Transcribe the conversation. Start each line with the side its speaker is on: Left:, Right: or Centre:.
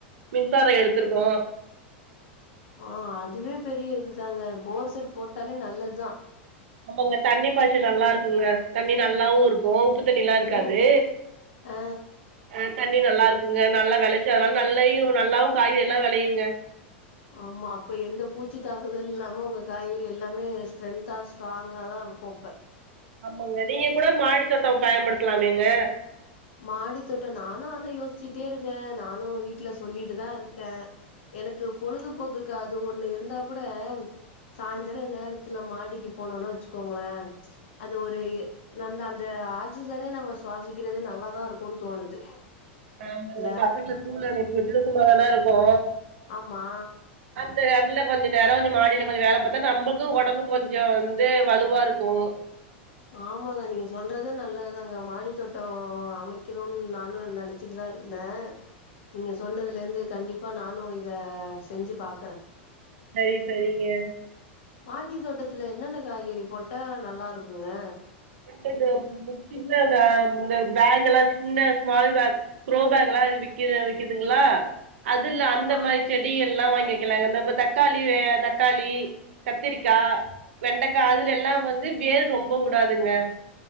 Right: மின்சார எடுத்துருக்கோ
Left: ஹ அதுவே பெரிய இதுதாங்க போர் செட் போட்டாலே நல்லது ஞ்ச
Right: அவுங்க தண்ணி பாய்ச்சு நல்லா இருக்குங்க தண்ணி நல்லாவு இருக்கு உப்பு தண்ணிலா இருக்காது
Left: ம் ஆ
Right: ஆ தண்ணி நல்லா இருக்குங்க நல்லா வெலைச்சல் அதனால நல்லயு நல்லாவு காய்கறி எல்லா வெளையுங்க
Left: ஆம்மா அப்ப எந்த பூச்சி தாக்குத அது இல்லாம உங்க காய்கறி எல்லாமே ஸ்ட்ரென்த்தா ஸ்ட்ராங்கா தா இருக்கு இப்ப
Right: ஆமாங்க நீங்க கூட மாடி தோட்ட பயன்படுத்தலாமேங்க
Left: மாடி தோட்ட நானு அத யோசிச்சுட்டே இருக்கே நானு வீட்ல சொல்லிட்டு தா இருக்கே எனக்கு பொழுதுபோக்குக்கு அது ஒண்ணு இருந்தா கூட ம் சாயந்தர நேரத்துல மாடிக்கு போனோன்னு வச்சுக்கோங்களே அந்த ஒரு இ நல்ல அந்த ஆக்சிஜனே நம்ம சுவாசிக்கிறதே ந நல்லாதா இருக்குன் தோணுது
Right: ஆமா
Left: இல்ல
Right: ஓ பசங்கலா ஸ்கூல்ல நிறுத்திட்டு சும்மாதானா இருக் கோ
Left: ஆம்மா
Right: தெர்ல கொஞ்ச நேர நிம் மாடில போய் வேல பாத்தா நம்பளுக்கு ஓடம் கொஞ்சந் தே வலுவா இருக்கு
Left: ஆமாங்க நீங்க சொல்றது நல்லதுதாங்க மாடி தோட்ட அமைக்கனுன் நானு நெனைச்சிட்டு தா இருந்தே நீங்க சொன்னதுலேருந்து க் கண்டிப்பா நானு இத செஞ்சி பாக்கற
Right: சரி சரிங்க
Left: மாடி தோட்டத்துல என்னென்ன காய்கறி போட்டா நல்லா இரு க்குங்க
Right: <unintelligible> சின்ன தா இந்த பேக் எல்லா சின்ன ஸ்மால் பேக் க்ரோ பேக்லா விக்குது விக்குதுங்களா அதுல
Left: ஆமா
Right: அந்த மாரி செடி எல்லா வாங்கி வைக்கலங்க இந்த ப்ப தக்காள் டி வேற தக்காளி கத்திரிக்கா வெண்டைக்கா அதுல எல்லா வந்து வேர் ரொம்ப வுடாது ங்க